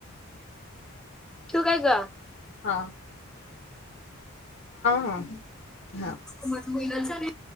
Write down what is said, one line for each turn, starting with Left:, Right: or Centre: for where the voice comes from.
Centre: ठिव काय गं
Left: हा हां. हां.
Centre: माझं होईना झालय ग.